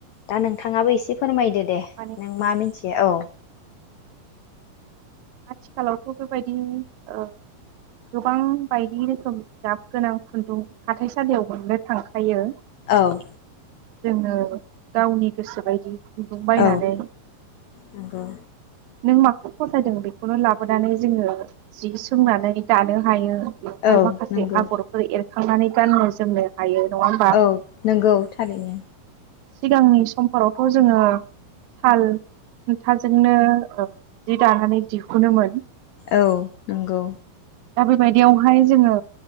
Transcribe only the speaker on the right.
माने
आथिखालावथ बेबायदि ओ गोबां बायदि रोखोमनि गाब गोनां खुन्दुं हाथाइसालियाव मोननो थांखायो।
जोङो गावनि गोसो बायदि खुन्दुं बायनानै
नों माखौ फसायदों बे बेखौनो लाबोनानै जोङो जि सोंनानै दानो हायो। बेवहाय
माखासे
आगरफोर एर खांनानै गाननो जोमनो हायो। नङा होमबा
सिगांनि समफोरावथ जोङो साल खुन्थाजोंनो जि दानानै दिहुनोमोन।
दा बेबायदियावहाय जोङो